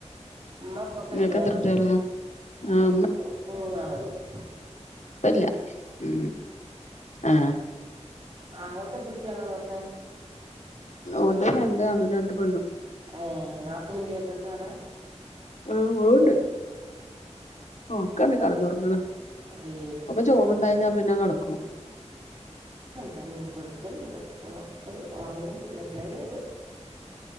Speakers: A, on the right (about 55°); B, on the left (about 75°).
A: നമ്മകൊക്കെയില്ലേ
B: നിങ്ങൾക്ക് എത്ര കുട്ടികളാ ആഹ്
A: <inaudible>
B: ഇപ്പമില്ല ഉം... ആ..
A: അങ്ങളക്കെന്തുകുട്ടികളാണുഒക്കെ
B: ഉണ്ട്‌. രണ്ടാണുംരണ്ടുപെണും
A: ഏ.. നാത്തൂനില്ലായിരുന്നു ഇത്തവണ
B: ആ... ഉണ്ട് ഓ, കണ്ടോ കിടന്നുറങ്ങണേ,
A: ഏ
B: അപ്പം ചോറുണ്ടുകഴിഞ്ഞാ പിന്നെ കിടക്കും.
A: തന്നെയടുക്കലുണ്ട് ക്ക ഉഓർങ്ങ എപ്പഴ <inaudible>